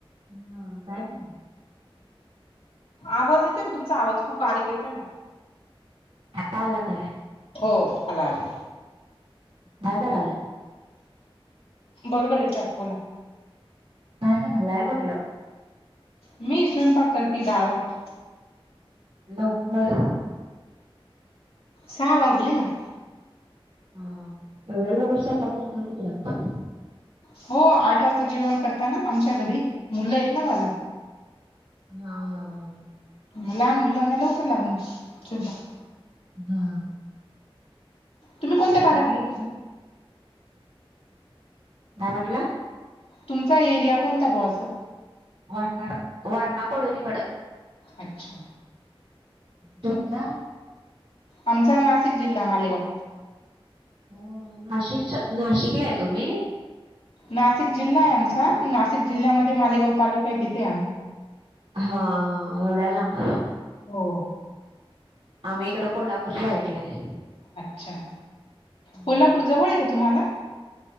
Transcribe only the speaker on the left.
आवाज येतोय का तुमचा आवाज खूप बारीक येतोय मला.
हो आला आला..
बरोबर आहे <inaudible> बोला.
मी स्वयंपाक करते <inaudible>
सहा वाजले ना.
हो आठ वाजता जेवण करताना आमच्या घरी मुलं आहेत ना मला.
लहान मुलांना लवकर लागून स्वयंपाक.
तुम्ही कोणत्या
भागातले?
तुमचा एरिया कोणता बु असं?
अच्छा..
आमचा नाशिक जिल्हा मालेगाव.
नाशिक जिल्हा आहे आमचा, नाशिक जिल्ह्यामध्ये मालेगाव तालुका आहे तिथे आहे आम्ही
हो.
अच्छा.
कोल्हापूर जवळ आहे का तुम्हांला?